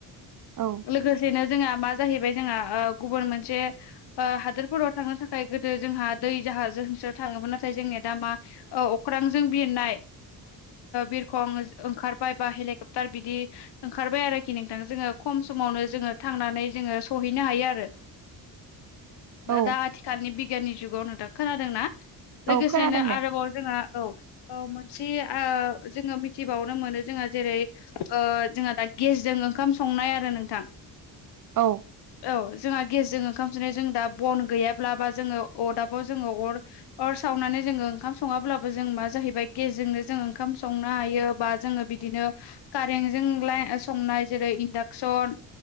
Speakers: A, on the right; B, on the left.
A: औ
B: लोगोसेनो जोंहा मा जाहैबाय जोंहा गुबुन मोनसे हादोरफोराव थांनो थाखाय गोदो जोंहा दै जाहाज जोंसो थाङोमोन नाथाय जोंनिया दा मा अख्रांजों बिरनाय बिरखं ओंखारबाय बा हेलिकप्टार बिदि ओंखारबाय आरोखि नोंथां जोङो खम समावनो जोङो थांनानै जोङो सहैनो हायो आरो
A: औ
B: दा आथिखालनि बिगियाननि जुगाव नोंथां खोनादों ना
A: औ
B: लोगोसेनो
A: खोनादों दे
B: आरोबाव जोंहा औ मोनसे जोङो मिथिबावनो मोनो जोंहा जेरै जोंहा दा गेसजों ओंखाम संनाय आरो नोंथां
A: औ
B: औ जोंहा गेसजों ओंखाम सनाय जों दा बन गैयाब्ला बा जोङो अरदाबाव जोङो अर अर सावनानै जोङो ओंखाम सङाब्लाबो जों मा जाहैबाय गेसजोंनो जों ओंखाम संनो हायो बा जोङो बि बिदिनो कारेन्टजोंलाय संनाय जेरै इन्डाकसन